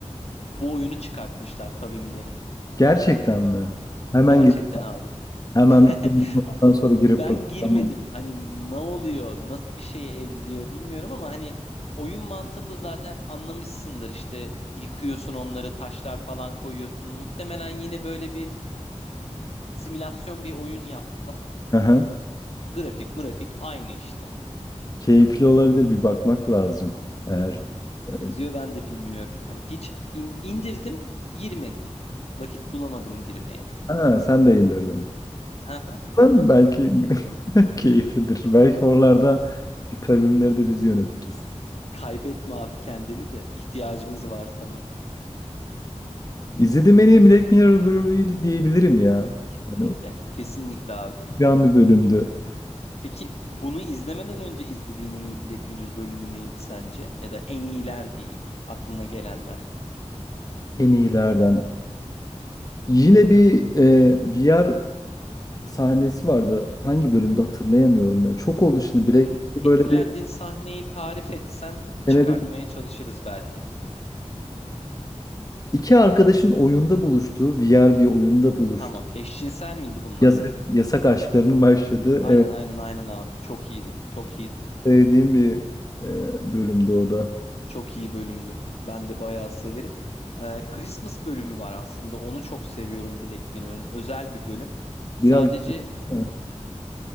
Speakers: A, on the left; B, on the left.
A: bu oyunu çıkartmışlar kavimleri.
B: Gerçekten mi? Hemen
A: Gerçekten
B: gir-
A: abi. <laughs>
B: hemen ondan
A: Abi,
B: sonra girip
A: Ben
B: bakacağım.
A: girmedim. Hani ne oluyor, nasıl bir şeye evriliyor bilmiyorum ama hani oyun mantığını da zaten anlamışsındır. İşte yıkıyorsun onları, taşlar falan koyuyorsun. Muhtemelen yine böyle bir Simülasyon bir oyun yaptılar.
B: Aha.
A: Grafik mırafik aynı işte.
B: Keyifli olabilir bir bakmak lazım. Eğer evet.
A: Benziyor ben de bilmiyorum. Hani hiç in- indirdim, girmedim. Vakit bulamadım girmeye.
B: Ha, sen de indirdin.
A: Hı hı.
B: Ben belki <laughs> keyiflidir. Belki oralarda bir kavimleri de biz yönetiriz.
A: Kaybetme abi kendini de. İhtiyacımız var sana.
B: İzlediğim en iyi Black Mirror bölümüydü diyebilirim ya.
A: Kesinlikle,
B: Yani o-
A: kesinlikle abi.
B: unutulmayan bir bölümdü.
A: Peki bunu izlemeden önce izlediğin en iyi Black Mirror bölümü neydi sence? Ya da en iyiler diyeyim, aklına gelenler.
B: En iyilerden. Yine bir e, VR sahnesi vardı. Hangi bölümde hatırlayamıyorum ya. Çok oldu şimdi
A: Yani
B: Black Mirror
A: etkilendiğin
B: böyle bir
A: sahneyi tarif etsen çıkartmaya
B: senede
A: çalışırız belki.
B: İki arkadaşın oyunda buluştuğu, VR bir oyunda buluştu.
A: Tamam, eşcinsel miydi bunlar?
B: Yasak, yasak aşklarının başladığı.
A: Aynen
B: Evet,
A: aynen aynen abi. Çok iyiydi. Çok iyiydi.
B: sevdiğim bir e, bölümdü o da.
A: Çok iyi bölümdü. Ben de bayağı severim. Ee, Christmas bölümü var aslında. Onu çok seviyorum Black Mirror'ın. Özel bir bölüm.
B: Biraz
A: Sadece
B: ha,